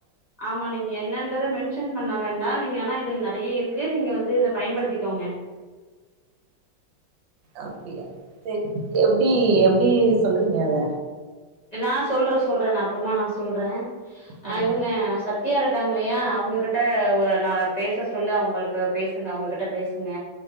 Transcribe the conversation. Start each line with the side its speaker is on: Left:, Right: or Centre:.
Left: ஆமா நீங்க என்னன்றத மென்ஷன் பண்ண வேண்டா நீங்க ஆனா இதுல நெறைய இருக்கு நீங்க வந்து இத பயன்படுத்திக்கோங்க
Right: அப்டியா சேரி எப்டி எப்டி சொல்றீங்க அத
Left: அ நா சொல்ற சொல்ற நா அப்புறமா நான் சொல்றே அ
Right: ஆ
Left: இவங்க சத் டியா இருக்காங்க இல்லையா அவங்ககிட்ட அ நா பேச சொல்லு அவங்களுக்கு பேசுங்க அவங்ககிட்ட பேசுங்க